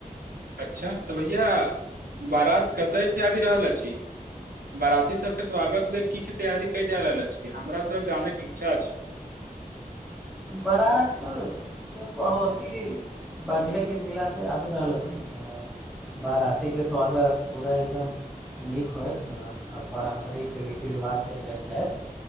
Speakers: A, on the right (about 85°); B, in the centre.
A: अच्छा तऽ भैया बारात कतयसँ आबि रहल अछि बाराती सबके स्वागत लेल की की तैयारी कैल जा रहल अछी हमरा सब जानैके इच्छा अछि
B: बारात पड़ोसी बगलेके जिलासँ आबि रहल अछि बराती के स्वागत पूरा एकदम नीक होयत पारंम्परिक रीति रिवाजसँ कयल जायत